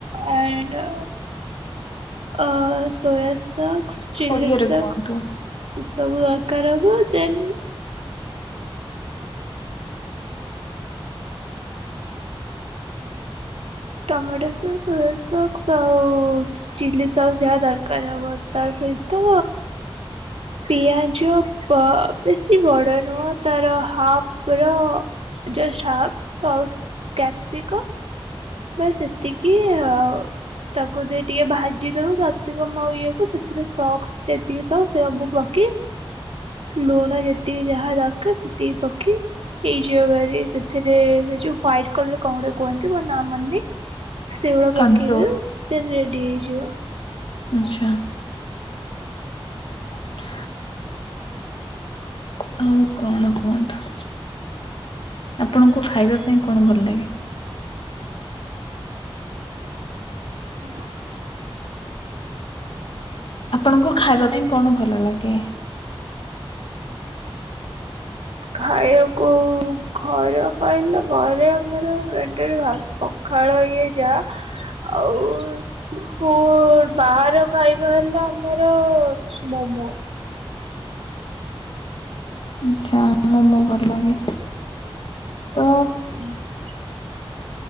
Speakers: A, on the right (about 80°); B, on the left (about 60°).
A: ଆଣ୍ଡ ଅ ସୋୟା ସକସ ଚିଲ୍ଲୀ
B: ଓଡିଆରେ
A: ସକସ।
B: କୁହନ୍ତୁ
A: ଏ ସବୁ ଦରକାର ହବ ଦେନ୍ ଟମାଟ ସସ ସୋୟା ସକସ ଆଉ ଚିଲ୍ଲୀ ସସ ଯାହା ଦରକାର ହବ ତା ସହିତ ପିଆଜ ପ ବେଶୀ ବଡ଼ ନୁହଁ ତାର ହାପ ର ଯଉ ସକ ଆଉ କ୍ୟପ୍ସିକମ୍ ବାସ୍ ସେତିକି ଆଉ ତାକୁ ଦେଇ ଟିକେ ଭାଜି ଦବୁ କ୍ୟପ୍ସିକମ୍ ଆଉ ଇଏକୁ ସେ ତିରେ ସକ୍ସ ଯେତିକି ସକ୍ ସବୁ ପକି ଲୁଣ ଯେତି ତିକି ଯାହା ଦର୍କାର ସେତିକି ପକି ଏଇ ଯୋଉ <unintelligible> ଥିରେ ସେ ଯୋଉ ହ୍ୱାଇଟ କଲର କଂ ଗୋଟେ କୁହନ୍ତି ମୋ ନା ମନ ନି ସେଇଗୁରା
B: କନଫ୍ଲୋର
A: ପକେଇ ଦବୁ। ସେ ରେଡ଼ି ହେଇଯିବ।
B: ଆଛା। <inaudible> ହଉ କଣ କୁହନ୍ତୁ ଆପଣଙ୍କୁ ଖାଇବା ପାଇଁ କଣ ଭଲ ଲାଗେ?
A: <inaudible>
B: ଆପଣଙ୍କୁ ଖାଇବା ପାଇଁ କଣ ଭଲ ଲାଗେ?
A: ଖାଇବାକୁ ଘରେ ପାଇ ନା ଘରେ ଆମର ରେ ରେ ଭା ପଖାଳ ଇଏ ଯା ଆଉ ସେ ହଁ ବାହାର ଖାଇବା ହେଲା ଆମର ମୋମୋ।
B: ଆଚ୍ଛା ମୋମୋ ଭଲ ଲାଗେ। ତ
A: <inaudible>